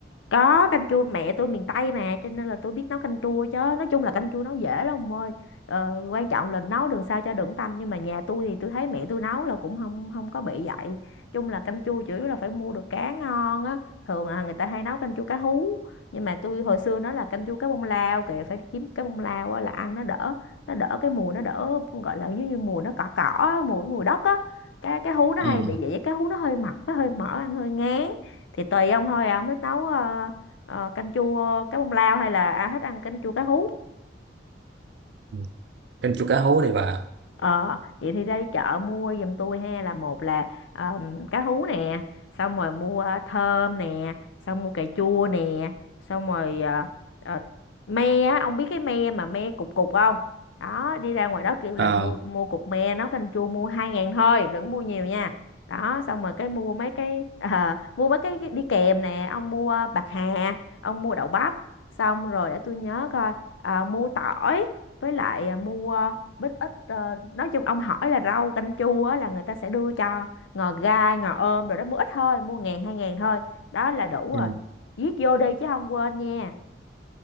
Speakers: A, on the left; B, on the right.
A: Có canh chua mẹ tôi miền Tây mà cho nên là tôi biết nấu canh chua chứ. Nói chung là canh chua nấu dễ lắm ông ơi. Ờ, quan trọng là nấu đừng sao cho đừng tanh nhưng mà nhà tôi thì tôi thấy mẹ tôi nấu là cũng không không có bị vậy. Chung là canh chua chủ yếu là phải mua được cá ngon á. Thường là người ta hay nấu canh chua cá hú. Nhưng mà tôi hồi xưa nó là canh chua cá bông lao kìa phải kiếm cá bông lao á, là ăn nó đỡ nó đỡ cái mùi nó đỡ gọi là giống như mùi nó cỏ cỏ á, mùi mùi đất á. Cái cái hú nó
B: ừ.
A: hay bị vậy cái hú nó hơi mập nó hơi mỡ ăn hơi ngán thì tùy ông thôi à ông thích nấu ờ, ờ, canh chua cá bông lao hay là à, thích ăn canh chua cá hú
B: Ừ. canh chua cá hú đi bà
A: Ờ, vậy thì ra đi chợ mua giùm tôi ha là một là ờm, cá hú nè, xong rồi mua thơm nè, xong mua cà chua nè, xong rồi ờ, ờ, me á, ông biết cái me mà me cục cục không? Đó, đi ra ngoài đó kêu là
B: ờ
A: mua mua cục me nấu canh chua mua 2 ngàn thôi, đừng mua nhiều nha. Đó, xong rồi cái mua mấy cái <laughs> ờ, mua mấy cái đi kèm nè, ông mua bạc hà, ông mua đậu bắp, xong rồi để tôi nhớ coi ờ, mua tỏi với lại à, mua bít ít ờ, nói chung ông hỏi là rau canh chua á, là người ta sẽ đưa cho ngò gai ngò ôm rồi đó mua ít thôi mua ngàn hai ngàn thôi đó là đủ
B: ừ.
A: rồi viết vô đi chứ không quên nha